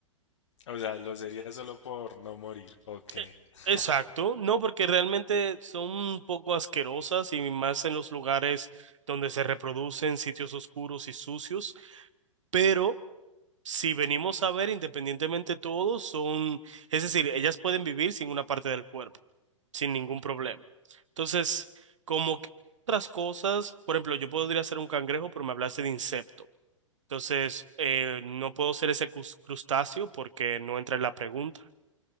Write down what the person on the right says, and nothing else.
Eh,
Exacto, no, porque realmente son un poco asquerosas y más en los lugares donde se reproducen sitios oscuros y sucios, pero si venimos a ver independientemente todos son, es decir, ellas pueden vivir sin una parte del cuerpo, sin ningún problema. Entonces, como que otras cosas, por ejemplo, yo podría ser un cangrejo, pero me hablaste de insecto. Entonces, eh, no puedo ser ese crus- crustáceo porque no entra en la pregunta